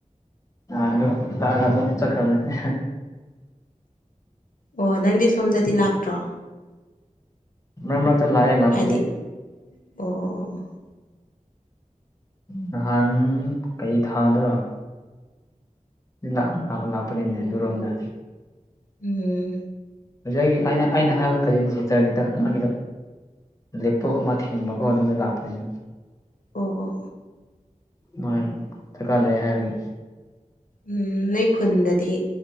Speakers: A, on the left; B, on the left.
A: ꯅꯍꯥꯟꯗꯨ ꯂꯥꯛꯑꯒ ꯑꯃꯨꯛ ꯆꯠꯈ꯭ꯔꯕꯅꯦ
B: ꯑꯣ ꯅꯪꯗꯤ ꯁꯣꯝꯗꯗꯤ ꯂꯥꯛꯇ꯭ꯔꯣ
A: ꯃꯔꯛ ꯃꯔꯛꯇ ꯂꯥꯛꯑꯦ ꯂꯥꯛꯄꯗꯤ
B: ꯍꯥꯏꯗꯤ ꯑꯣ ꯑꯣ ꯑꯣ ꯑꯣ
A: ꯅꯍꯥꯟ ꯀꯩ ꯊꯥꯗꯔꯥ ꯂꯥꯛ ꯂꯥꯛꯄꯅꯤꯅꯦ ꯑꯗꯨꯔꯣꯝꯗ
B: ꯎꯝ
A: ꯍꯧꯖꯤꯛ ꯑꯩꯅ ꯑꯩꯅ ꯍꯥꯏꯕ ꯀꯖꯤꯟ ꯆꯤꯁꯇ꯭ꯔꯒꯤꯗꯣ ꯃꯥꯒꯤꯗꯣ ꯂꯦꯞꯇꯣꯞ ꯑꯃ ꯊꯤꯟꯕꯀꯣ ꯑꯗꯨꯅ ꯂꯥꯛꯄꯅꯦꯕ
B: ꯑꯣ ꯑꯣ
A: ꯃꯣꯏ ꯗꯔꯀꯥꯔ ꯂꯩ ꯍꯥꯏꯔꯅꯤ
B: ꯎꯝ ꯅꯣꯏ ꯈꯨꯟꯗꯗꯤ